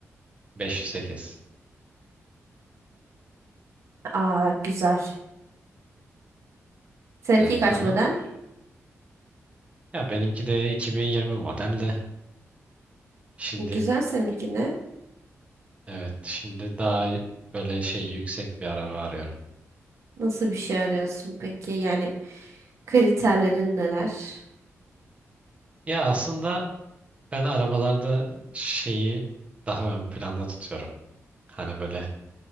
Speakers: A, on the right; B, on the right.
A: 508.
B: Aa güzel. Seninki
A: Evet
B: kaç
A: ama
B: model?
A: ya benimki de 2020 model de. Şimdi
B: Güzel seninki ne?
A: evet şimdi daha böyle şey yüksek bir araba arıyorum.
B: Nasıl bir şey arıyorsun peki? Yani kriterlerin neler?
A: Ya aslında ben arabalarda şeyi daha ön planda tutuyorum. Hani böyle